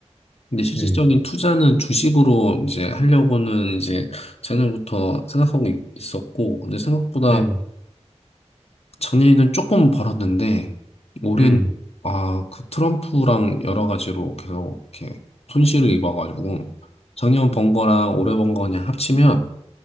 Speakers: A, on the left (about 60°); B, in the centre.
A: 근데 실질적인
B: 음,
A: 투자는 주식으로 이제 하려고는 이제 작년부터 생각하고 있- 있었고, 근데 생각보다
B: 음,
A: 작년에는 조금 벌었는데, 올해는,
B: 음.
A: 아, 그 트럼프랑 여러 가지로 계속 이렇게 손실을 입어가지고, 작년 번 거랑 올해 번거 그냥 합치면